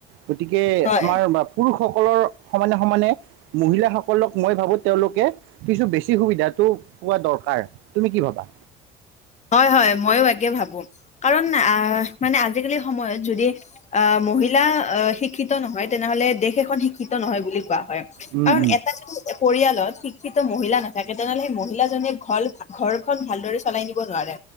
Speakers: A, on the right; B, on the left.
A: গতিকে
B: হয়
A: আমাৰ বাপুৰসকলৰ সমানে সমানে। মহিলা সকলোক মই ভাবোঁ, তেওঁলোকে কিছু বেছি সুবিধাটো পোৱা দৰকাৰ তুমি কি ভাবা
B: হয় হয় মইয়ো একে ভাবো কাৰণ আহ মানে আজিকালি সময়ত যদি আহ মহিলা শিক্ষিত নহয় তেনেহলে দেশ এখন শিক্ষিত নহয় বুলি কোৱা হয়
A: উম
B: কাৰণ
A: উম
B: এটা পৰিয়ালত শিক্ষিত মহিলা নাথাকে তেনেহ'লে সেই মহিলা জনীয়ে ঘপ ঘৰখন ভালদৰে চলাই নিব নোৱাৰে